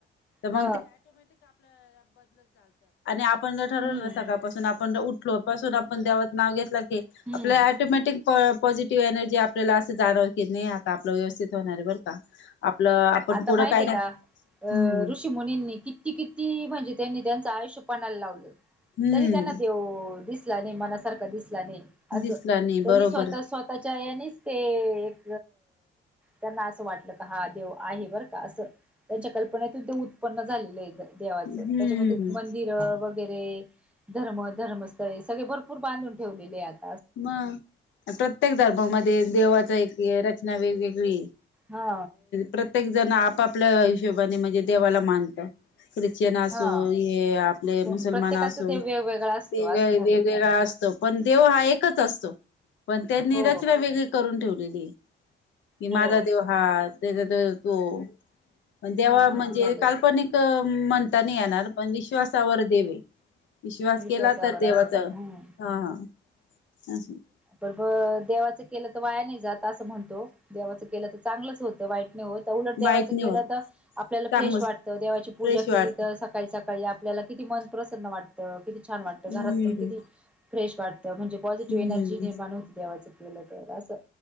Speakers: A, on the left (about 70°); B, in the centre.
A: म ब
B: ह
A: आपण ठरवलं
B: हम्म
A: ना सकाळपासून आपण उठलो पासून आपण देवचं नाव घेतलं की
B: हम्म
A: आपल्या टोमॅटिक पॉझिटिव्ह एनर्जी आपल्याला असं जाणव की नाही आता आपलं व्यवस्थित होणार आहे बरं का आपलं आपण
B: आता
A: पुढं
B: माहित
A: काय
B: आहे
A: ना
B: का अ
A: हम्म
B: ऋषी मुनींनी किती किती म्हणजे त्यांनी त्यां श पाणा लावल
A: हम्म
B: तरी त्यांना देव दिसला आणि मनासारख दिस त्यांनी
A: दिसला नाही बरोबर
B: स्वतः स्वतः चयनीच ते एक त्यांना असं वाटलं क हा देव आहे बर का असं त्यांच्या कल्पनेतून ते उत्पन्न झालेलं आहे देवाचं
A: हम्म
B: त्याच्यामध्ये मंदिर वगर वगैरे धर्म धर्मस्थळे सगळे भरपूर बांधून ठेवलेले आहेत
A: म प्रत्येक धर्मामध्ये देवाचा एक रचना वेगवेगळी
B: हा
A: प्रत्येक जण आपापल्या हिशोबाने म्हणजे देवाला मानतात ख्रिश्चन असो
B: हा
A: हे आपले
B: कोण
A: मुसलमान
B: प्रत्येकाचा
A: असो
B: ते वेगवेगळा असतो
A: वेग
B: असं झालंय
A: वेगवेगळा
B: ते आता.
A: असतो पण देव हा एक असतो पण त्यांनी
B: हो
A: रचना वेगळी करून ठेवलेली आहे कि
B: हो
A: माझा देव हा त्याच्या तर तो पण देवा
B: ह
A: म्हणजे
B: असं झालंय
A: काल्पनिक
B: ते
A: म्हणताना येणार पण विश्वासावर देवे विश्वास
B: विश्वासावर
A: केला तर देवाचा
B: असतो हम्म
A: हा हा हम्म
B: पण देवाचं केलं तर वाया नाही जात असं म्हणतो देवाचं केलं तर चांगलंच होतं वाईट होत उलट देवाच
A: वाईट नाही
B: केलं
A: होत
B: तर आपल्याला
A: चांगलंच
B: फ्रेश वाटतं देवाची पूजा
A: फ्रेश वाटत
B: केली तर सकाळी स का आपल्याला किती मन प्र्रसन्न वाटतं किती छान वाटतं
A: हम्म
B: घरात पण किती फ्रेश वाटत म्हणजे पॉझिटिव्ह
A: हम्म
B: एनर्जी निर्माण होती देवाचं केलं तर असं